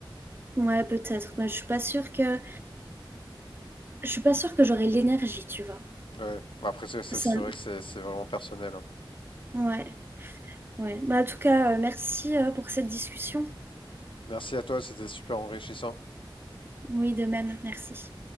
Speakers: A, on the right (about 25°); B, on the left (about 75°).
A: Ouais, peut-être. Mais je suis pas sûre que je suis pas sûre que j'aurai l'énergie, tu vois.
B: Ouais. Après, ça, ça,
A: Ça
B: c'est
A: me-
B: vrai que c'est c'est vraiment personnel. hein.
A: Ouais, ouais. Bah, en tout cas, euh, merci euh, pour cette discussion.
B: Merci à toi, c'était super enrichissant.
A: Oui, de même, merci.